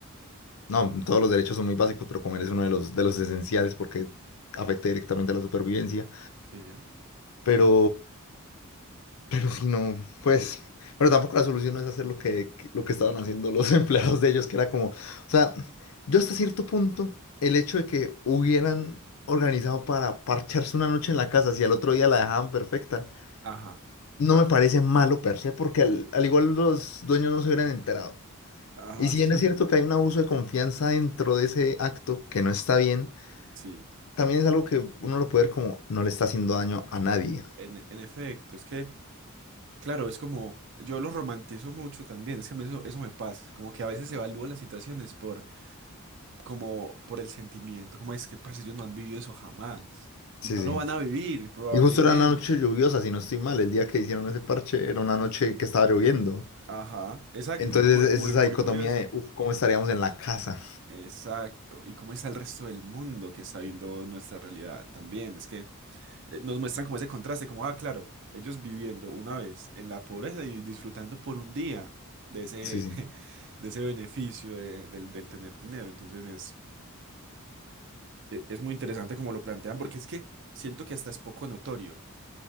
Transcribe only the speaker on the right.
Sí.
Ajá.
Ajá.
<laughs>
Sí.
E- En, en efecto, es que, claro, es como, yo lo romantizo mucho también, es que a mí eso, eso me pasa, como que a veces evalúo las situaciones por como por el sentimiento, como es que, parce, ellos no han vivido eso jamás
y no
lo van a vivir probablemente.
Ajá, exacto,
ju- muy,
muy
curioso.
Exacto. ¿Y cómo está el resto del mundo que está viendo nuestra realidad también? Es que eh, nos muestran como ese contraste, como, ah, claro, ellos viviendo una vez en la pobreza y disfrutando por un día de ese,
<laughs> de ese beneficio de- del, del tener dinero. Entonces es, e- es muy interesante como lo plantean, porque es que siento que hasta es poco notorio.